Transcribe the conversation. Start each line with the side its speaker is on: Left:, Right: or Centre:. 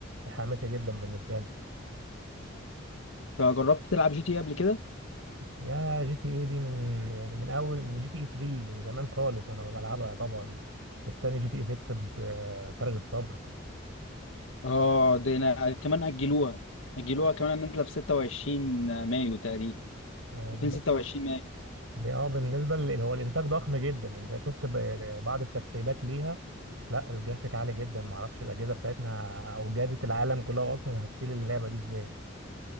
Right: حماسي جدا بالنسبة له
Left: فجربت تلعب جي تي إيه قبل كده؟
Right: يا جي تي اي دي من يعني من اول من جي تي اي 3 من زمان خالص وانا بلعبها طبعا مستني جي تي اي 6 بفارغ الصبر
Left: اه ده أنا كمان أجلوها أجلوها كمان إن أنت في 26 مايو تقريبا
Right: هو
Left: 2026 مايو
Right: اه بالنسبه لل- هو الانتاج ضخم جدا يعني انت شفت ب- بعض التسريبات ليها لا الجرافيك عالي جدا معرفش الاجهزه بتاعتنا او جهازه العالم كلها اصلا هتشيل اللعبه دي ازاي